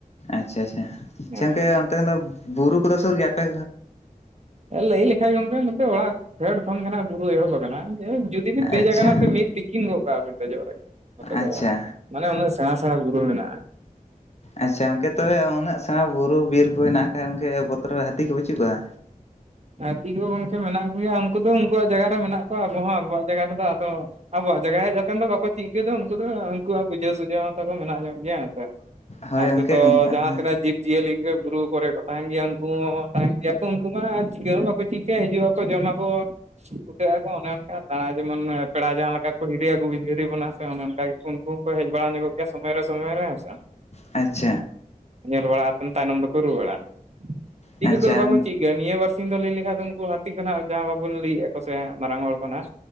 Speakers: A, on the left; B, on the right.
A: ᱟᱪᱪᱷᱟ ᱟᱪᱪᱷᱟ, ᱟᱪᱪᱷᱟ
B: ᱦᱮᱸ
A: ᱚᱝᱠᱮ ᱚᱱᱛᱮ ᱠᱷᱚᱱ ᱫᱚ ᱵᱩᱨᱩ ᱠᱚᱫᱚ ᱥᱩᱨ ᱜᱮᱭᱟ ᱟᱯᱮ
B: ᱞᱟᱹᱭ ᱞᱮᱠᱷᱟᱡ ᱜᱚᱝᱠᱮ ᱱᱚᱛᱮ ᱚᱲᱟᱜ ᱯᱷᱮᱰ ᱠᱷᱳᱱ ᱜᱮ ᱱᱟᱦ ᱵᱩᱨᱩ ᱮᱦᱚᱵ ᱠᱟᱱᱟ᱾ ᱚᱱᱟ ᱡᱩᱫᱤ ᱵᱤᱱ ᱫᱮᱡ
A: ᱟᱪᱪᱷᱟ
B: ᱟᱠᱟᱱᱟ ᱥᱮ ᱢᱤᱫ ᱛᱤᱠᱤᱱ ᱜᱚᱫ ᱠᱟᱜᱼᱟ ᱵᱤᱱ ᱫᱮᱡᱚᱜ ᱨᱮᱜ ᱱᱚᱛᱮ
A: ᱟᱪᱪᱷᱟ
B: ᱠᱚᱫᱚ ᱢᱟᱱᱮ ᱚᱱᱟᱹᱜ ᱥᱮᱬᱟ ᱥᱮᱬᱟ ᱜᱩᱨᱩ ᱢᱮᱱᱟᱜᱼᱟ᱾
A: ᱟᱪᱪᱷᱟ ᱚᱝᱠᱮ ᱛᱚᱵᱮ ᱩᱱᱟᱹᱜ ᱥᱮᱬᱟ ᱵᱩᱨᱩ ᱵᱤᱨ ᱠᱚ ᱦᱱᱟᱜ-ᱟ ᱚᱢᱠᱮ ᱵᱚᱛᱚᱨᱚᱵ ᱦᱟᱹᱛᱤ ᱠᱚ ᱵᱟᱹᱪᱩᱜ ᱠᱚᱼᱟ?
B: ᱦᱟᱹᱛᱤ ᱠᱚ ᱜᱚᱝᱠᱮ ᱢᱮᱱᱟᱜ ᱠᱚᱜᱮᱭᱟ, ᱩᱱᱠᱩ ᱫᱚ ᱩᱱᱠᱩᱣᱟᱜ ᱡᱟᱭᱜᱟ ᱨᱮ ᱢᱮᱱᱟᱜ ᱠᱚᱣᱟ ᱟᱵᱚ ᱦᱚᱸ ᱟᱵᱚᱣᱟᱜ ᱡᱟᱭᱜᱟ ᱨᱮᱫᱚ ᱟᱫᱚ ᱟᱵᱚᱣᱟᱜ ᱡᱟᱜᱟᱹ ᱦᱮᱜ ᱫᱚ ᱵᱟᱠᱚ ᱪᱤᱜ ᱠᱟᱹ ᱫᱚ ᱩᱱᱠᱩ ᱫᱚ ᱵᱩᱡᱷᱟᱹᱣ ᱥᱩᱡᱷᱟᱹᱣ ᱛᱟᱠᱚ ᱢᱮᱱᱟᱜ ᱧᱚᱜ ᱜᱮᱭᱟ ᱦᱮᱸ ᱥᱮ᱾
A: ᱦᱳᱭ
B: ᱟᱨ
A: ᱜᱚᱝᱠᱮ
B: ᱡᱚᱛᱚ
A: ᱩᱱᱠᱩᱣᱟᱜ
B: ᱡᱟᱦᱟᱸ ᱛᱤᱱᱟᱹᱜ ᱡᱤᱵᱼᱼ ᱡᱤᱭᱟᱹᱞᱤ ᱠᱚ ᱵᱩᱨᱩ ᱠᱚᱨᱮ ᱠᱚ ᱛᱟᱦᱮᱱ ᱜᱮᱭᱟ ᱩᱱᱠᱩ ᱦᱚᱸ ᱛᱟᱦᱮᱱ ᱜᱮᱭᱟ ᱠᱚ ᱩᱱᱠᱩ ᱢᱟ ᱪᱤᱠᱟᱹ ᱦᱚ ᱵᱟᱠᱩ ᱪᱤᱠᱟᱹᱭᱟ ᱦᱤᱡᱩᱜ ᱟᱠᱚ ᱡᱚᱢ ᱟᱠᱚ ᱟᱹᱠᱚ ᱚᱱᱮ ᱚᱱᱠᱟ ᱫᱟᱬᱟ ᱡᱮᱢᱚᱱ ᱯᱮᱲᱟ ᱡᱟᱦᱟᱸ ᱞᱮᱠᱟ ᱠᱚ ᱦᱤᱨᱤ ᱟᱹᱜᱩ ᱦᱤᱨᱤ ᱵᱚᱱᱟ ᱥᱮ ᱚᱱᱮ ᱚᱱᱠᱟ ᱜᱮᱠᱚ ᱩᱱᱠᱩ ᱠᱚ ᱦᱮᱡ ᱵᱟᱲᱟ ᱧᱚᱜᱚᱫ ᱜᱮᱭᱟ ᱥᱚᱢᱚᱭ ᱨᱮ ᱥᱚᱢᱚᱭ ᱨᱮ ᱦᱮᱸ ᱥᱮ᱾
A: ᱟᱪᱪᱷᱟ᱾
B: ᱧᱮᱞ ᱵᱟᱲᱟᱣ ᱛᱟᱭᱱᱚᱢ ᱫᱚᱠᱚ ᱨᱩᱣᱟᱹᱲᱟ᱾ ᱪᱤᱠᱟᱹ
A: ᱟᱪᱪᱷᱟ
B: ᱠᱚᱫᱚ ᱵᱟᱠᱚ ᱪᱤᱼᱼ ᱱᱤᱭᱟᱹ ᱵᱟᱨᱥᱤᱧ ᱫᱚ ᱞᱟᱹᱭ ᱞᱮᱠᱷᱟᱡ ᱫᱚ ᱩᱱᱩᱠᱩ ᱦᱟᱼᱼ ᱛᱤᱡᱚ ᱠᱷᱚᱱᱟᱜ ᱡᱟᱦᱟᱸ ᱵᱟᱵᱚᱱ ᱞᱟᱹᱭᱮᱫᱼᱟ ᱠᱚ ᱥᱮ ᱢᱟᱨᱟᱝ ᱦᱚᱲ ᱠᱷᱚᱱᱟᱜ